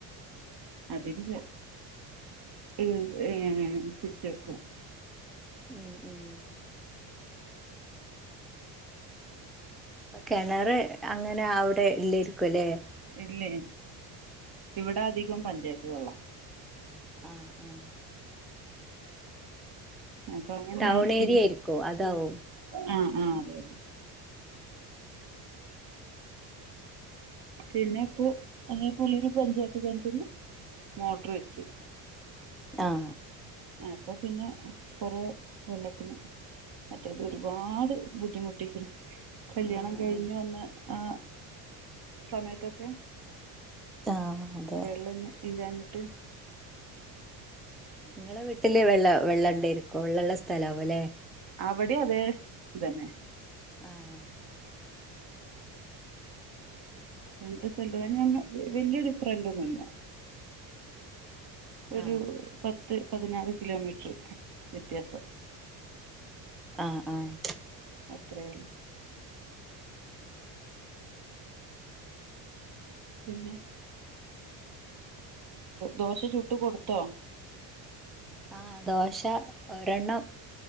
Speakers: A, on the right; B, in the centre.
A: അതില് ഏർ ഏർ പിടിച്ച വെക്കും
B: ഉം ഉം കിണർ അങ്ങനെ അവിടെ ഇല്ലരിക്കും അല്ലേ
A: ഇല്ലേ ഇവിടെ അധികം പഞ്ചായത്ത് വെള്ളം
B: ആഹ് ആഹ്
A: അപ്പൊ അങ്ങനെയായി
B: ടൗൺ
A: പിന്നെ
B: ഏരിയ ആയിരിക്കോ അതാവും
A: ആഹ് ആ അതെ അതെ പിന്നെ ഇപ്പോ അതേ പോലൊരു പഞ്ചായത്ത് കെണറ്റിന്ന് മോട്ടർ വെച്ച്
B: ആഹ്
A: അപ്പൊ പിന്നെ കൊറെ വെള്ളത്തിന് മറ്റേത് ഒരുപാട് ബുദ്ധിമുട്ടിക്ക് കല്യാണം
B: ഉം
A: കഴിഞ്ഞു
B: ഉം
A: വന്ന ആ സമയത്തൊക്കെ
B: ആഹ് അതെ
A: വെള്ള ഇല്ല ഇല്ലാഞ്ഞു ട്ട്
B: നിങ്ങളെ വീട്ടില് വെള്ള വെള്ളം ഉണ്ടയിരിക്കോ വെള്ളള്ള സ് സ്ഥലാവും അല്ലേ
A: അവിടെ അതെ ഇതന്നെ
B: ആഹ്
A: രണ്ട് സ്ഥലവും ഞങ്ങ വല്യ ഡിഫറന്റ് ഒന്നുമില്ല ഒരു
B: ആഹ്
A: പത്ത് പത്ത് പതിനാറ് കിലോമീറ്റർ വ്യത്യാസം
B: ആഹ് ആഹ്
A: അത്രേള്ളൂ പിന്നെ ദോശ ചുട്ട് കൊടു ത്തോ
B: ആ ദോശ ഒരെണ്ണം